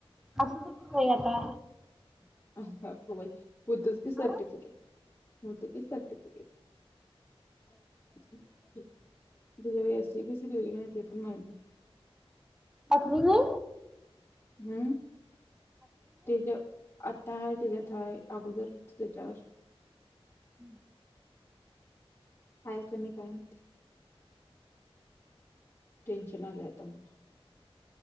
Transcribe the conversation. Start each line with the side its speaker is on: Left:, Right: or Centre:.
Centre: असू दे की बाई आता.
Left: अग बाई हुतच की
Centre: हां
Left: सर्टिफिकेट. हुत की सर्टिफिकेट. <unintelligible> यात सी बी सी लिहिले नाहीत. ते पण माहीत नाही.
Centre: अखनी घेऊ?
Left: हम्म तेज आता आहे त्याच्यात. हाय अगोदरच त्याच्यावर.
Centre: हम्म.
Left: हाय का नाही काय माहिती, टेन्शन आलंय आता मला.